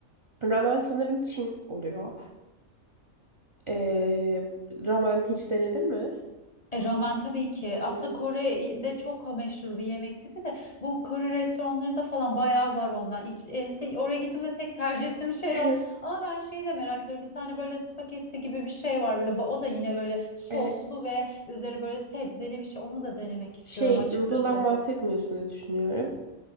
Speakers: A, on the right; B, on the left.
A: ramen sanırım Çin oluyor. E, ramen hiç denedin mi?
B: E, ramen tabii ki.
A: Evet,
B: Aslında
A: evet.
B: Kore'de çok meşhur bir yemek tipi de bu Kore restoranlarında falan bayağı var ondan. Hiç, e, te- oraya gittiğimde tek tercih ettiğim şey
A: <laughs>
B: o. Ama ben şeyi de merak ediyorum. Bir tane böyle spagetti gibi bir şey var böyle. ba- O da yine böyle soslu
A: E,
B: ve üzeri böyle sebzeli bir şey. Onu da denemek istiyorum
A: şey
B: açıkçası.
A: noodle'dan bahsetmiyorsun diye düşünüyorum.